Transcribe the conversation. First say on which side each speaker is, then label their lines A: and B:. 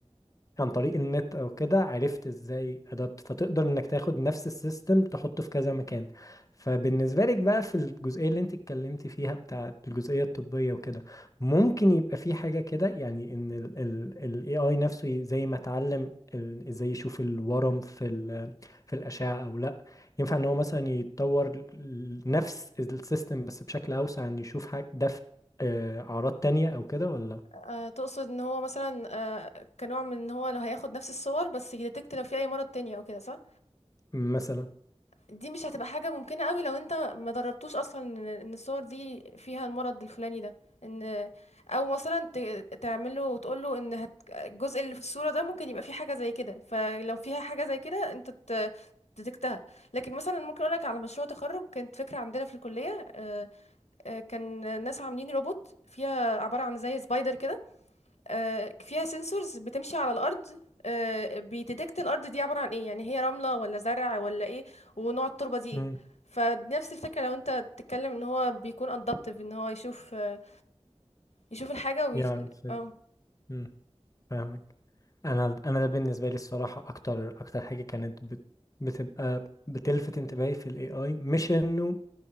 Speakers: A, on the left; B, on the left.
A: عن طريق النت او كده عرفت ازاي ادابت فتقدر انك تاخد نفس السيستم تحطه في كذا مكان فبالنسبه لك بقى في الجزئيه اللي انت اتكلمتي فيها بتاع الجزئيه الطبيه وكده ممكن يبقى في حاجه كده يعني ان ال ال ال AI نفسه ي- زي ما اتعلم ال- ازاي يشوف الورم في ال في الاشعه او لا ينفع ان هو مثلا يتطور ل- ل- نفس السيستم بس بشكل اوسع ان يشوف حاجه ده في آه، اعراض تانية او كده ولا
B: آه، تقصد ان هو مثلا آه، كنوع من ان هو لو هياخد نفس الصور بس يديتكت لو في اي مرض تاني او كده صح
A: مثلا
B: دي مش هتبقى حاجة ممكنة قوي لو انت ما دربتوش اصلا ان إن الصور دي فيها المرض الفلاني ده ان او مثلا ت- تعمله وتقوله ان هت... الجزء اللي في الصورة ده ممكن يبقى فيه حاجة زي كده فلو فيها حاجة زي كده انت ت... تدكتها لكن مثلا ممكن اقولك على مشروع تخرج كانت فكرة عندنا في الكلية آه، آه، كان ناس عاملين روبوت فيها عبارة عن زي سبايدر كده آه، فيها سنسورز بتمشي على الارض آه، بيديتكت الارض دي عباره عن ايه يعني هي رمله ولا زرع ولا ايه ونوع التربه دي ايه
A: مم.
B: فنفس الفكره لو انت تتكلم ان هو بيكون ادابتيف ان هو يشوف آه، يشوف الحاجه ويش...
A: يعرف ال-
B: اه
A: مم. فاهمك انا انا ده بالنسبه لي الصراحه اكتر اكتر حاجه كانت بت... بتبقى بتلفت انتباهي في الاي اي مش انه